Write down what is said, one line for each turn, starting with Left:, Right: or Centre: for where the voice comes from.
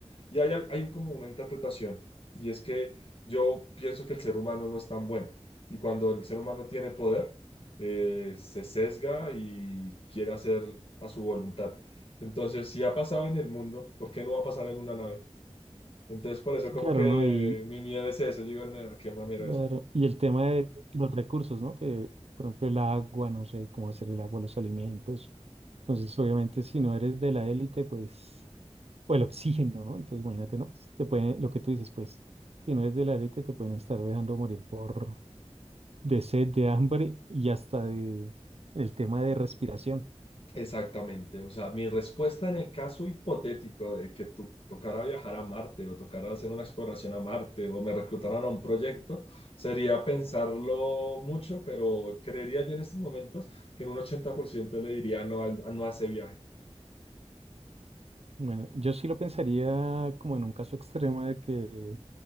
Left: y hay, al- hay como una interpretación, y es que yo pienso que el ser humano no es tan bueno. Y cuando el ser humano tiene poder, eh, se sesga y quiere hacer a su voluntad. Entonces, si ha pasado en el mundo, ¿por qué no va a pasar en una nave? Entonces, por eso
Right: Sí,
Left: como
Right: claro,
Left: que
Right: ¿no? Y,
Left: mi miedo es eso. Yo digo, no, qué mamera
Right: claro,
Left: eso.
Right: y el tema de los recursos, ¿no? Que, por ejemplo, el agua, no sé cómo hacer el agua, los alimentos. Entonces, obviamente, si no eres de la élite, pues. o el oxígeno, ¿no? Entonces, imagínate, ¿no? Pues, Te pueden, lo que tú dices, pues, si no eres de la élite, te pueden estar dejando morir por de sed, de hambre y hasta de el tema de respiración.
Left: Exactamente, o sea, mi respuesta en el caso hipotético de que tú tocara viajar a Marte o tocara hacer una exploración a Marte o me reclutaran a un proyecto sería pensarlo mucho, pero creería yo en estos momentos que en un 80% le diría no, al- no a ese viaje.
Right: Bueno, yo sí lo pensaría como en un caso extremo de que